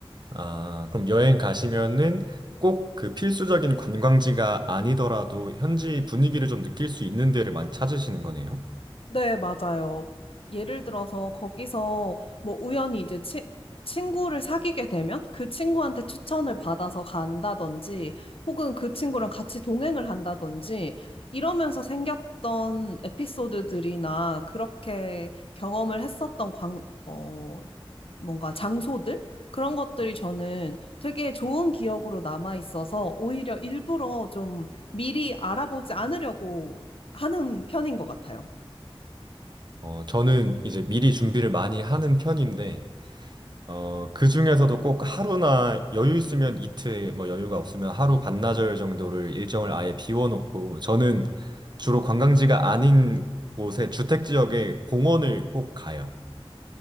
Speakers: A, on the right; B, on the left.
A: 아, 그럼 여행 가시면은 꼭 그 필수적인 관광지가 아니더라도 현지 분위기를 좀 느낄 수 있는 데를 많이 찾으시는 거네요?
B: 네, 맞아요. 예를 들어서 거기서 뭐 우연히 이제 치, 친구를 사귀게 되면 그 친구한테 추천을 받아서 간다든지 혹은 그 친구랑 같이 동행을 한다든지 이러면서 생겼던 에피소드들이나 그렇게 경험을 했었던 광, 어, 뭔가 장소들? 그런 것들이 저는 되게 좋은 기억으로 남아 있어서 오히려 일부러 좀 미리 알아보지 않으려고 하는 편인 것 같아요.
A: 어, 저는 이제 미리 준비를 많이 하는 편인데, 어, 그 중에서도 꼭 하루나 여유 있으면 이틀, 뭐 여유가 없으면 하루 반나절 정도를 일정을 아예 비워놓고, 저는 주로 관광지가 아닌 곳에 주택 지역에 공원을 꼭 가요.